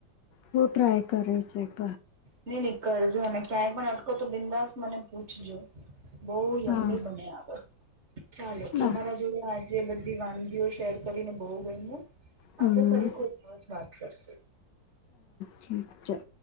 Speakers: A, on the left; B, on the right.
A: હ ટ્રાય કરે છે એ બ
B: નઈ નઈ કરજો અને ક્યાંય પણ અટકો તો બિંદાસ મને પૂછજો બહ યમી
A: હા
B: બને આ વસ ચાલો તમારા
A: ના
B: જોુ આજે બધી વાનગીઓ શેર કરીને બહુ ગય
A: હમ
B: આપે ફરી કોઈ દિવસ વાત કરશું
A: છી છે